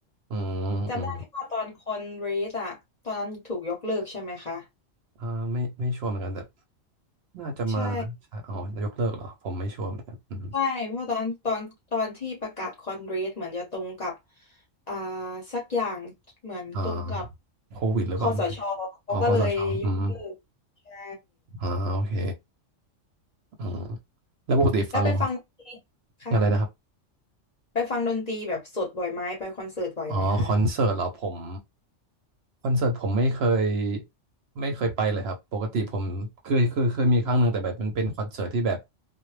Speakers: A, on the right; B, on the left.
A: อืมอืม
B: จำได้แค่ว่าตอนคอนเรสอะ ตอนนั้นถูกยกเลิกใช่ไหมคะ
A: อ่าไม่ไม่ชัวร์เหมือนกันแต่น่าจะมานะใช่อ๋อยกเลิกเหรอผมไม่ชัวร์เหมือนกันอืม
B: ใช่ ใช่เพราะตอนตอนตอนที่ประกาศคอนเกรสเหมือนจะตรงกับอ่าสักอย่างเหมือนตรงกับ
A: อ่าโควิดหรือเปล่าไม่แน่
B: คสชเขาก็เลยยกเลิกใช่
A: อ๋อคสชอืมอ่าโอเคอืมแล้วปกติฟัง
B: แล้วไปฟังดนตรีคะ
A: อะไรนะครับ
B: ไปฟังดนตรีแบบสดบ่อยไหมไปคอนเสิร์ตบ่อยไหมคะ
A: อ๋อคอนเสิร์ตเหรอผมคอนเสิร์ตผมไม่เคยไม่เคยไปเลยครับปกติผมเคยเคยเคยมีครั้งหนึ่งแต่แบบมันเป็นคอนเสิร์ตที่แบบ